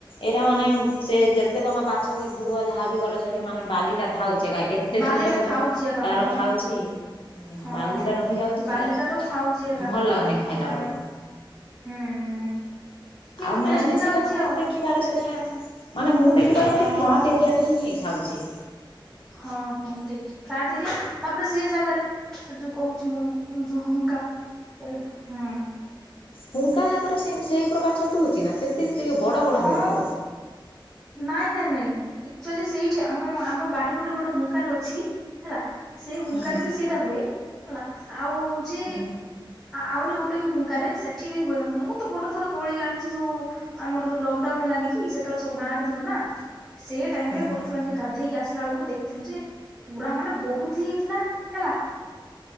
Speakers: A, on the left (about 85°); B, in the centre.
A: ଏଇରା ମାନେ ସେ ଯେତେ ତମ ବାଛ ବି ଧୁଆ ଯାହାବି କର ସେଠି ମାନେ ବାଲିଟା ଥାଉଛେ କାଏ ଏତେ
B: ବାଲିଟା
A: ଛୋଟ ଛୋଟ
B: ଥାଉଛି ଏକା
A: ତାର
B: ହଁ
A: ଥାଉଛିଁ
B: ହଁ
A: ବାଲିଟା ରହିଯାଉଛି
B: ବାଲିଟା
A: ସେରା
B: ତ ଥାଉଛି ଏକା
A: ଭଲ ଲାଗୁନି ଖାଇଲା
B: ହଁ
A: ବେଳକୁ।
B: ହୁଁ ହୁଁ। କିନ୍ତୁ
A: ଆଉ ମେନଲି
B: ଟେଷ୍ଟି ଲାଗୁଛି
A: ସେଇଟା ତ ମୁଁ
B: ଆଉ
A: ଦେଖିବାରେ ସେଇଟା ମାନେ ମୁଁ ଦେଖିାବାରେ
B: ହଁ
A: ଏମିତି ଫ୍ଲାଟ୍ ଏରିଆରେ ହିଁ ହେଇଥାଉଛି।
B: ହଁ ହଁ ଠିକ ଠିକ ଫ୍ଲାଟ ଏରିଆ, ତାପରେ ସେ ଜାଗାରେ ସେ ଯୋଉ କହୁଛି ମୁଁ ଯୋଉ ହୁଙ୍କା ସେ ହୁଁ
A: ହୁଙ୍କା ଜାଗରେ ସେଇ ସେଇ ପ୍ରକାର ଛତୁ ହଉଛି ନା, ସେ ଟିକିଏ ବଡ଼ ବଡ଼
B: ହଁ
A: ହଉଥିବ
B: ନାଇଁ ନାଇଁ ନାଇଁ। ଆଚୁଆଲି ସେଇଠି ଆମ, ଆମ ବାରିପଟେ ଗୋଟେ ହୁଙ୍କାଟେ ଅଛି। ହେଲା, ସେଇ ହୁଙ୍କାରେ
A: ହୁଁ
B: ବି ସେଇଟା ହୁଏ ହେଲା। ଆଉ ହଉଚି
A: ହୁଁ
B: ଆହୁରି ଗୋଟେ ବି ହୁଙ୍କାରେ ସେଠି ବି ହୁଏ। ମୁଁ ତ ଗୋଟେ ଥର ତୋଳି ଆଣିଛି ଯୋଉ ଆମର ଯୋଉ ଲକ୍ ଡାଉନ୍ ହେଲାନି କି, ସେତେବେଳେ ସବୁ ଗାଁରେ ଥିଲୁ ନା। ସେଇ ଟାଇମ
A: ହୁଁ
B: ରେ ଗୋଟେ ଥର ଏମତି ଗାଧେଇକି ଆସିଲା ବେଳକୁ ଦେଖିଥିଲୁ ଯେ ପୁରା ମାନେ ବହୁତ ହେଇଥିଲା ହେଲା।